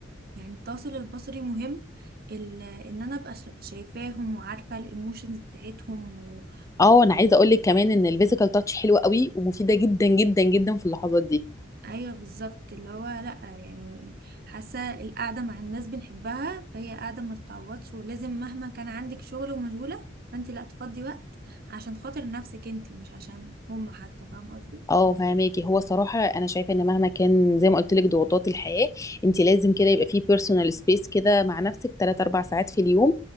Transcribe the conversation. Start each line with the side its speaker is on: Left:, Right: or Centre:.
Right: يعني التواصل البصري مهم ال- ان انا ابقى شا- شايفاهم وعارفه الايموشنز بتاعتهم و...
Left: اه انا عايزه اقول لك كمان ان الفيزيكال تاتش حلوه قوي ومفيده جدا جدا جدا في اللحظات دي
Right: ايوه بالظبط اللي هو لا يعني حاسه القعده مع الناس بنحبها فهي قعده ما تتعوضش ولازم مهما كان عندك شغل ومشغوله فانت لا تفضي وقت عشان خاطر نفسك انت مش عشان هم حتى فاهمه قصدي
Left: اه فهماكي هو صراحة أنا شايفة إن مهما كان زي ما قلت لك ضغوطات الحياة أنت لازم كده يبقى فيه بيرسونال سبيس كده مع نفسك تلات أربع ساعات في اليوم